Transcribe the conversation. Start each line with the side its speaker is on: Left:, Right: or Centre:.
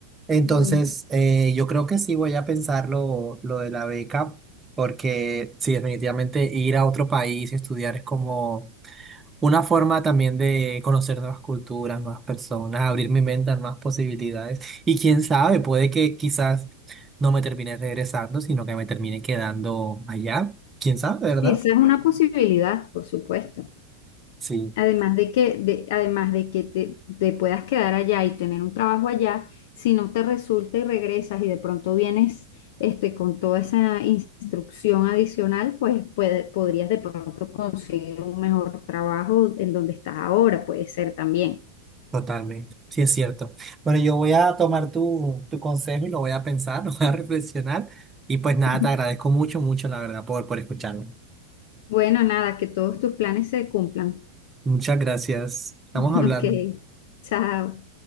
Right: Entonces,
Left: Bueno,
Right: eh, yo creo que sí voy a pensar lo, lo de la beca, porque sí, definitivamente ir a otro país y estudiar es como una forma también de conocer nuevas culturas, nuevas personas, abrir mi mente a nuevas posibilidades. Y quién sabe, puede que quizás no me termine regresando, sino que me termine quedando allá. ¿Quién sabe, verdad?
Left: esa es una posibilidad, por supuesto.
Right: Sí.
Left: Además de que, de- además de que te, te puedas quedar allá y tener un trabajo allá, si no te resulta y regresas y de pronto vienes este, con toda esa instrucción adicional, pues puede- podrías de pronto conseguir un mejor trabajo en donde estás ahora, puede ser también.
Right: Totalmente, sí es cierto. Bueno, yo voy a tomar tu, tu consejo y lo voy a pensar, <laughs> lo voy a reflexionar. Y pues nada,
Left: <laughs>
Right: te agradezco mucho, mucho, la verdad, por, por escucharme.
Left: Bueno, nada, que todos tus planes se cumplan.
Right: Muchas gracias. Estamos
Left: <laughs>
Right: hablando.
Left: Ok, chao.